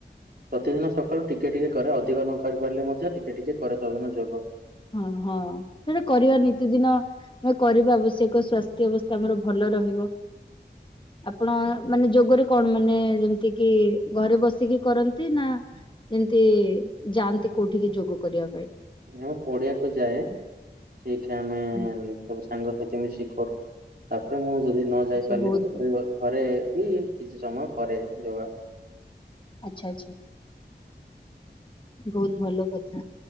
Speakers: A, on the right; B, on the left.
A: ପ୍ରତିଦିନ ସକାଳୁ ଟିକେ ଟିକେ କରେ ଅଧିକ ନ କରି ପାରିଲେ ମଧ୍ୟ ଟିକେ ଟିକେ କରେ ସବୁଦିନ ଯୋଗ।
B: ହଁ ହଁ ସେଟା କରିବା ନିତି ଦିନ ଏ କରିବା ଆବଶ୍ୟକ ସ୍ୱାସ୍ଥ୍ୟ ଅବସ୍ଥା ଆମର ଭଲ ରହିବ।
A: <inaudible>
B: ଆପଣ ମାନେ ଯୋଗରେ କଣ ମାନେ ଯେମିତି କିି ଘରେ ବସିକି କରନ୍ତି ନାଁ ଏମତି ଯାଆନ୍ତି କୋଉଠିକି ଯୋଗ କରିବା ପାଇଁ।
A: ନାଁ ପଡ଼ିଆକୁ ଯାଏ ସେଇଠି ଆମେ
B: ହୁଁ
A: ସବୁ ସାଙ୍ଗସଥି ମିଶି କରୁ। ତାପରେ ମୁଁ ଯଦି ନ ଯାଇ
B: ସେ
A: ପାରିଲି
B: ବହୁତ
A: ବି ଦୋକୁଅ ଘରେ ବି କିଛି ସମୟ କରେ ଯୋଗା।
B: ଆଚ୍ଛା ଆଚ୍ଛା। ଭୋଉତ୍ ଭଲ କଥା